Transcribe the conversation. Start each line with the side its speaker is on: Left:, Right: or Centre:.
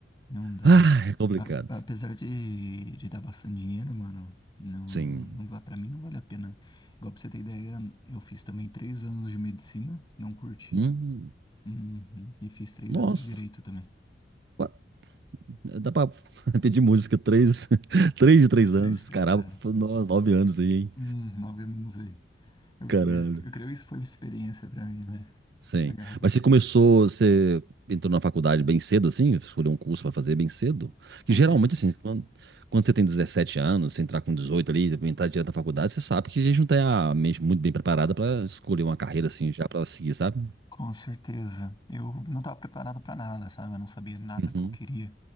Left: Não dá.
Right: Ah, é complicado.
Left: A- apesar de, de dar bastante dinheiro, mano, não, não
Right: Sim.
Left: vai, pra mim não vale a pena. Igual pra você ter ideia, eu fiz também três anos de medicina, não curti.
Right: Hum,
Left: Uhum. E fiz três
Right: nossa.
Left: anos de direito também.
Right: Qua- Dá pra <laughs> pedir música três, <laughs> três de
Left: Três,
Right: três
Left: três,
Right: anos.
Left: três,
Right: Caramba,
Left: é.
Right: no- nove anos aí, hein?
Left: Hum, nove anos aí. Eu,
Right: Caralho.
Left: eu, eu creio que isso foi uma experiência pra mim, né?
Right: Sim.
Left: Agarrou com
Right: Mas
Left: isso.
Right: você começou, você entrou na faculdade bem cedo, assim? Escolheu um curso para fazer bem cedo? Que
Left: Entrei.
Right: geralmente, assim, quando, quando você tem 17 anos, você entrar com 18 ali, entrar direto na faculdade, você sabe que a gente não tem a mente muito bem preparada para escolher uma carreira, assim, já para seguir, sabe?
Left: Com certeza. Eu não estava preparado para nada, sabe? Eu não sabia nada
Right: Uhum.
Left: que eu queria.